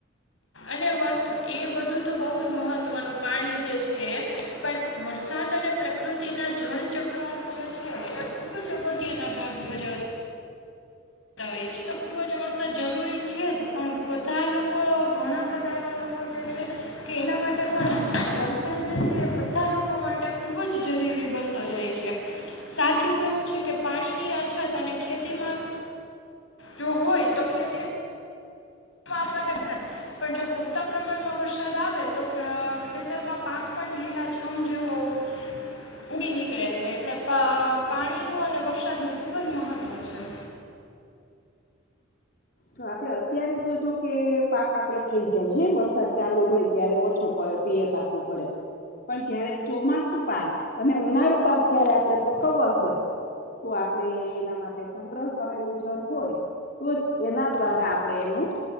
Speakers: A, on the left; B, on the left.
A: અને વર્ષ એ બધું તો બહુ જ મહત્ત્વનું પાણી જે છે એ, પણ વરસાદ અને પ્રકૃતિના જળ ચક્ર જે છે એ ખુબ જ અગત્યના ભાગ ભજાવતા હોય છે, તો ખુબ જ વરસાદ જરૂરી છે જ પણ બધા લોકો ઘણા બધા એવા લોકો જે છે કે એના માટે પણ વરસાદ જે છે, એ બધા લોકો માટે ખૂબ જ જરૂરી બનતો જાય છે, સાચું એવું છે કે પાણીની અછત અને ખેતીમાં જો હોય તો ખે તે આપણને થાય પણ જો પૂરતા પ્રમાણમાં વરસાદ આવે તો ખેતરમાં પાક પણ લીલા છમ જેવો ઊડી નીકળે છે એટલે પાણીનું અને વરસાદનું ખૂબ જ મહત્ત્વ છે.
B: તો આપડે અત્યારે તો જોકે પાક આપડે થઇ જાય હે, વરસાદ ચાલુ હોય ત્યારે ઓછો પિયત આપવું પડે પણ જયારે ચોમાસુ પાક અને ઉનાળુ પાક જયારે આપડણે પકવવા હોય તો આપડે એના માટે સંગ્રહ કરેલું હોય તો જ એના દ્વારા આપણે એનું